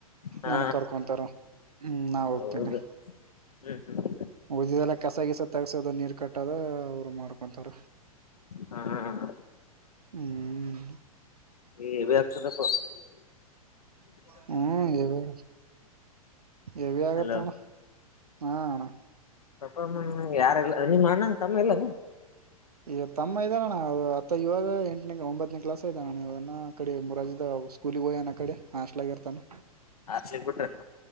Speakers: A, on the left; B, on the right.
A: ಹಾ
B: ನನ್ ಕರ್ಕೊಂತಾರ ಹ್ಮ್ ನಾ ಹೋಗ್ತೇನೆ
A: ಹೌದು ಹ್ಮ್ ಹ್ಮ್
B: ಉಜಲ್ಲ ಕಸ ಗಸ ತಗಸೋದ ನೀರ್ ಕಟ್ಟದ ಅವ್ರು ಮಾಡ್ಕೊಂತಾರ
A: ಹಾ ಹಾ ಹಾ
B: ಹ್ಮ್
A: ಹೆವಿ ಆಗ್ತಡಪ್ಪ
B: ಹ್ಮ್ ಎವಿ ಎವಿ ಆಗತ್ತ
A: ಹಲೋ
B: ಅಣ ಹಾ ಅಣ್ಣ
A: ಅಪ್ಪ ಅಮ್ಮ ಯಾರಲ್ಲ ನಿಮ್ಮ ಅಣ್ಣಂಗ ತಮ್ಮ ಇಲ್ಲಾನ
B: ಈಗ ತಮ್ಮ ಇದ್ದ ಅಣ್ಣ ಅದು ಅತ್ತ ಇವಾಗ ಎಂಟನೇ ಒಂಬತ್ತನೇ ಕ್ಲಾಸ್ ಇದಾನಣ್ಣನ್ನ ಕಡೆ ಮುರಾಜದಾಗ ಸ್ಕೂಲಿಗೆ ಹೋಗನ ಆಕಡೆ ಹಾಸ್ಟ್ಲೆಗ್ಗಿರ್ತಾನೆ
A: ಆಚೇ ಬಿಟ್ಟಲ್ಲ